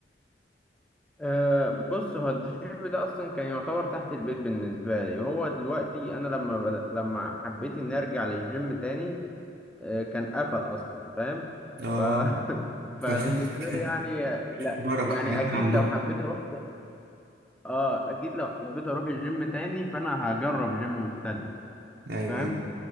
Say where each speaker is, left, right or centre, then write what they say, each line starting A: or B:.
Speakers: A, in the centre; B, on the right (about 75°).
A: أه بص هو الجيم ده أصلا كان يعتبر تحت البيت بالنسبة لي وهو دلوقتي أنا لما بدأ لما حبيت إني أرجع للجيم تاني أه كان قفل أصلا فاهم
B: اه
A: ف... <laughs>
B: فاهمك
A: فبالنسبة لي
B: <laughs>
A: يعني لا
B: بركة
A: يعني
B: حاجات
A: أكيد
B: من عندهم
A: لو حبيت أروح ت- آه أكيد لو حبيت أروح الجيم تاني فأنا هجرب جيم مختلف
B: ايوه
A: فاهم
B: ايوه